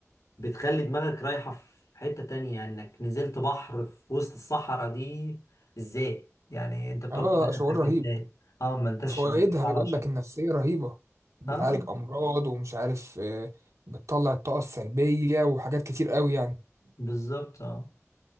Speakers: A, on the left; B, on the right.
A: بتخلي دماغك رايحة في حتة تانية يعني انك نزلت بحر في وسط الصحراء دي ازاي يعني انت بتقعد
B: اه
A: تقول لنفسك
B: شعور رهيب
A: ازاي اه ما انتش
B: وفوائدها
A: ما انتش على
B: بيقول
A: شط
B: لك النفسية رهيبة بتعالج
A: اه
B: أمراض ومش عارف آه، بتطلع الطاقة السلبية وحاجات كتير قوي يعني
A: بالظبط اه